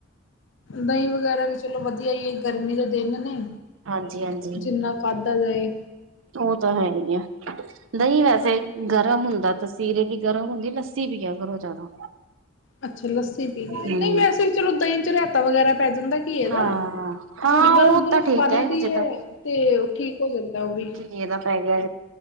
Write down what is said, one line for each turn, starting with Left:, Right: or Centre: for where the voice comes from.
Left: ਦਹੀਂ ਵਗੈਰਾ ਵੀ ਚਲੋ ਵਧੀਆ ਈ ਗਰਮੀ ਦੇ ਦਿਨ ਨੇ।
Right: ਹਾਂਜੀ ਹਾਂਜੀ,
Left: ਜਿੰਨਾ ਖਾਧਾ ਜਾਏ
Right: ਉਹ ਤਾਂ ਹੈ ਹੀ ਆ ਦਹੀਂ
Left: ਹੂੰ,
Right: ਵੈਸੇ। ਗਰਮ ਹੁੰਦਾ ਤਾਂਸੀਰੇ ਦੀ ਗਰਮ ਹੁੰਦੀ ਲੱਸੀ ਵੀ ਆ ਕਰਰੋ ਜ਼ਿਆਦਾ।
Left: ਅੱਛਾ ਲੱਸੀ ਪੀ ਲਈ ਨਹੀਂ
Right: ਹੂੰ
Left: ਵੈਸੇ ਚਲੋ ਦਹੀਂ ਚ ਰਤਾ ਵਗੈਰਾ ਪੈ ਜਾਂਦਾ ਕੀ ਐ ਨਾ
Right: ਹਾਂ
Left: ਤੇ
Right: ਹਾਂ
Left: ਥੋੜੀ ਬਰਫ਼-ਬਰਫ਼
Right: ਉਹ ਤਾਂ ਠੀਕ
Left: ਪਾ
Right: ਹੈ
Left: ਲਈ ਦੀ
Right: ਜਿੱਦਾਂ
Left: ਐ ਤੇ ਠੀਕ ਹੋ ਜਾਂਦਾ ਉਹ ਵੀ
Right: ਇਹਦਾ ਪੈ ਗਿਆ